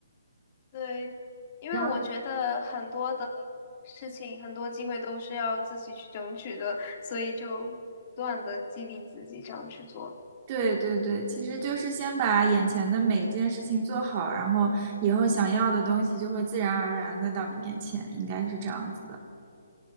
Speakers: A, on the left; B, on the right.
A: 对，因为我觉得很多的
B: 然后。
A: 事情，很多机会都是要自己去争取的，所以就不断的激励自己这样去做。
B: 对对对，其实就是先把眼前的每一件事情做好，然后以后想要的东西就会自然而然的到你面前，应该是这样子的。